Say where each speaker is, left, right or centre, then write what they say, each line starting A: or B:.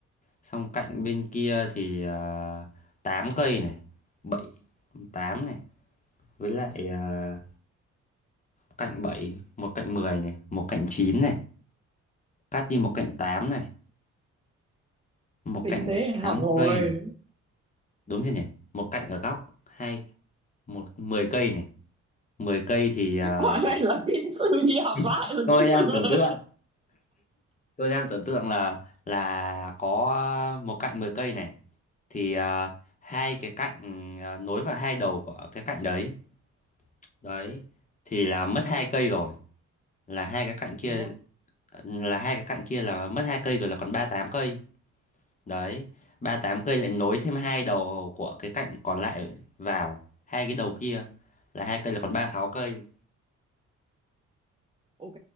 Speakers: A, on the left (about 25°); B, on the right (about 20°).
A: xong cạnh bên kia thì uh, 8 cây này bảy 8 này với lại à, cạnh bảy một cạnh 10 này, một cạnh 9 này, cắt đi một cạnh 8 này, một
B: tính
A: cạnh
B: tế học
A: 8
B: rồi
A: cây này, đúng chưa nhỉ? Một cạnh ở góc, hai, một 10 cây này. mười cây thì à,
B: quả này là kỹ sư đi học
A: <laughs>
B: lại rồi
A: tôi
B: kỹ
A: đang
B: sư
A: tưởng
B: ơi
A: tượng, tôi đang tưởng tượng là là có một cạnh 10 cây này thì à, hai cái cạnh à, nối vào hai đầu của cái cạnh đấy. Đấy thì là mất hai cây rồi, là hai cái cạnh kia
B: đúng không
A: là hai cái cạnh kia là mất hai cây rồi là còn ba tám cây. đấy ba tám cây lại nối thêm hai đầu của cái cạnh còn lại vào hai cái đầu kia là hai cây là còn ba sáu cây
B: ok